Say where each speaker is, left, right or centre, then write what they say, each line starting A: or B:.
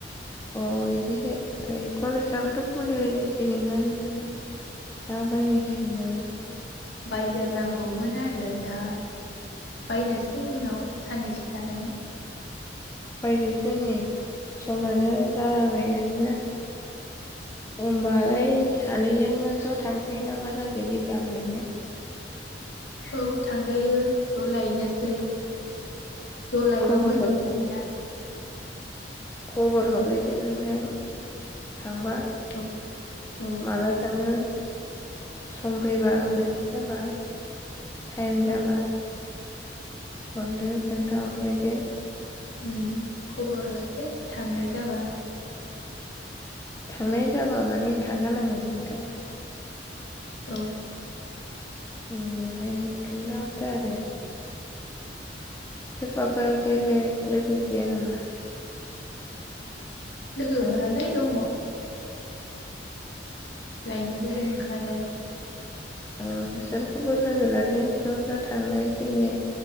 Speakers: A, on the left; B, on the left.
A: अ बिदि जै कलेजाबोथ' खुलिबायनसिगोनना नोंथां दा बायनांसिगोन आरो
B: बायग्रोनांगौमोन आरो दा बायनोसै उनाव साननैसो थानानै
A: बायदसो नै समानो जाबायानोना होमबालाय
B: औ
A: सानैजों जोङो ज' थांसै ना मा जाखो बिजाब लायनो
B: औ थांजायो ज लायनोसै ज' लायबा
A: खबर
B: मोजां
A: हर
B: जायोना
A: खबर हरलायदो नोंथां थांबा
B: औ औ
A: माला थाङो बि सम फैबा
B: औ
A: बोथोर जाबा टाइम
B: औ
A: जाबा हरदो खोन्था हरलादो
B: उम खबर हरसै थांनाय जाबा
A: थांनाय जाबा माने थांखानांगोन नोंथां
B: औ
A: ओमफाय खोनथाहरदो आरोे सोरबाफोरा बेलेग लोगो गैया नामा
B: लोगोफोरालाय
A: थांग्रा
B: दङ लायनोलाय ओंखारो
A: ओं सोरखौबा लोगो लादो ज' ज' थांना फैनो